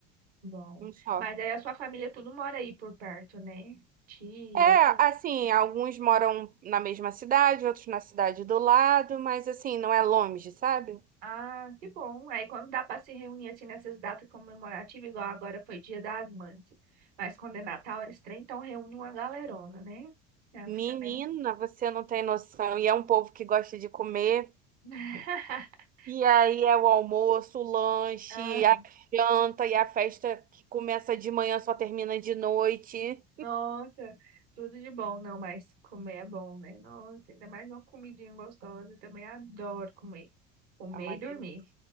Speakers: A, on the right (about 75°); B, on the right (about 25°).
A: bom.
B: um só.
A: Mas aí a sua família tudo mora aí por perto, né? Tia.
B: É, assim, alguns moram na mesma cidade, outros na cidade do lado, mas assim, não é longe, sabe?
A: Ah, que bom. Aí quando dá para se reunir assim nessas datas comemorativas, igual agora foi Dia das Mães. Mas quando é Natal, eles trem, então reúne uma galerona, né? Então
B: Menina,
A: fica bem.
B: você não tem noção. E é um povo que gosta de comer.
A: <laughs>
B: E aí é o almoço, o lanche,
A: Ah,
B: a janta e a festa que começa de manhã só termina de noite.
A: Nossa, tudo de bom, não, mas comer é bom, né? Nossa, ainda mais uma comidinha gostosa, eu também adoro comer. Comer
B: É uma
A: e dormir.
B: delícia.